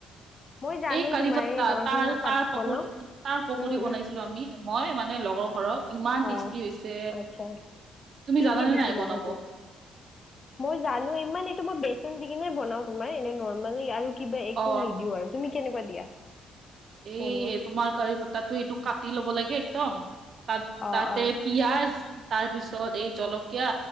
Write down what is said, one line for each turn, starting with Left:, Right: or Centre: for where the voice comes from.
Left: মই জানো
Right: এই কাৰি
Left: তোমাৰ
Right: পট্টা
Left: এই নৰসিংহ
Right: তাৰ
Left: পাত
Right: তাৰ পক
Left: বনাও।
Right: তাৰ পকৰী
Left: উম,
Right: বনাইছিলো আমি মই মানে লগৰ ঘৰত ইমান
Left: অ
Right: টেষ্টি হৈছে
Left: আচ্ছা
Right: তুমি
Left: কি
Right: জানানে
Left: কি দিছিলা
Right: নাই বনাব
Left: সেইটোত? মই জানো ইমান এইটো মোৰ বেছি বেচন দি কিনে বনাও তোমাৰ এনে নৰ্মেলি আৰু কিবা একো
Right: অ
Left: নিদিও আৰু তুমি কেনেকোৱা দিয়া
Right: এ
Left: বনোৱা?
Right: তোমাৰ কাৰি পতাটো এইটো কাটি ল'ব লাগে একদম তাত
Left: অ',
Right: তাতে
Left: অ',
Right: পিয়াজ তাৰপিছত এই জলকীয়া